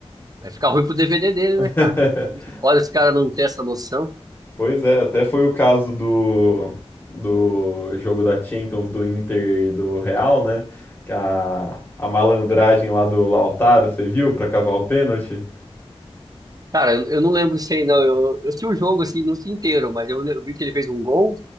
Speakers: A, on the right (about 35°); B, on the left (about 20°).
A: Vai ficar ruim pro DVD dele,
B: <laughs>
A: né, cara? Como que pode esse cara não ter essa noção?
B: pois é, até foi o caso do do jogo da Champions do Inter e do Real, né? Que A, a malandragem lá do Lautaro, você viu, pra cavar o pênalti?
A: Cara, eu, eu não lembro se aí, não. Eu, eu sei o jogo, assim, não sei inteiro, mas eu, le- eu vi que ele fez um gol.